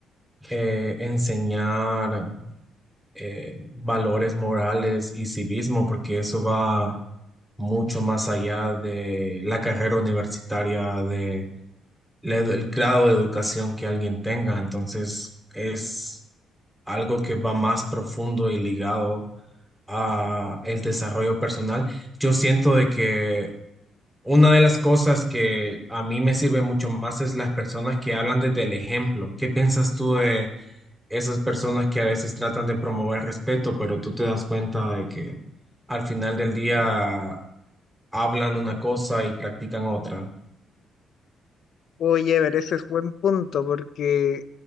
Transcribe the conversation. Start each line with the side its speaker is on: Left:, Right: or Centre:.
Centre: eh, enseñar eh, valores morales y civismo, porque eso va mucho más allá de la carrera universitaria, de la edu- el grado de educación que alguien tenga. Entonces, es algo que va más profundo y ligado a el desarrollo personal. Yo siento de que una de las cosas que a mí me sirve mucho más es las personas que hablan desde el ejemplo. ¿Qué piensas tú de esas personas que a veces tratan de promover respeto, pero tú te das cuenta de que al final del día hablan una cosa y practican otra.
Left: Oye, Ever, ese es buen punto, porque